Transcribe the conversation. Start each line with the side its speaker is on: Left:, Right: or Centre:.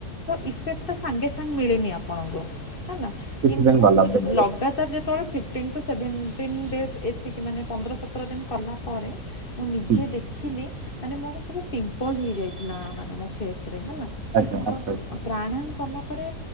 Left: ଇଫେକ୍ଟ ସାଙ୍ଗେ ସାଙ୍ଗେ ମିଳେନି ଆପଣଙ୍କୁ ହେଲା।
Right: କିଛି
Left: କିନ୍ତୁ
Right: ଦିନ ଗଲା
Left: ମୁଁ
Right: ପରେ ମିଳେ
Left: ଲଗା ତାର ଯେତେବେଳେ ଫିଫ୍ଟିନ୍ ଟୁ ସେଭେଣ୍ଟିନ୍ ଡେଜ, ଏତିକି ମାନେ ପନ୍ଦର ସତର ଦିନ କଲା ପରେ ମୁଁ ନିଜେ
Right: ହୁଁ
Left: ଦେଖିଲି, ମାନେ ମୋର ସବୁ ପିମ୍ପଲ୍ ହେଇଯାଇଥିଲା, ମାନେ ମୋ ଫେସ୍ ରେ ହେଲା।
Right: ଆଜ୍ଞା
Left: ତ
Right: ଆଚ୍ଛା ଆଚ୍ଛା।
Left: ପ୍ରାଣାୟାମ କଲା ପରେ,